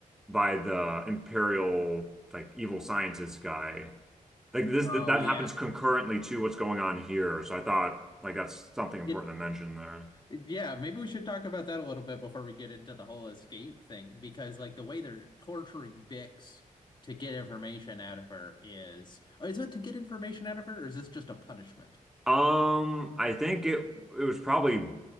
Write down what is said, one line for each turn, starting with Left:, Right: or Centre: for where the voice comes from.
Centre: by the Imperial like evil scientist guy. Like this
Left: oh
Centre: that, that
Left: yeah
Centre: happens concurrently to what's going on here. So I thought like that's something important
Left: it
Centre: to mention there.
Left: yeah maybe we should talk about that a little bit before we get into the whole escape thing because like the way they're torturing Bix to get information out of her is oh, is it to get information out of her or is this just a punishment
Centre: Um, I think it it was probably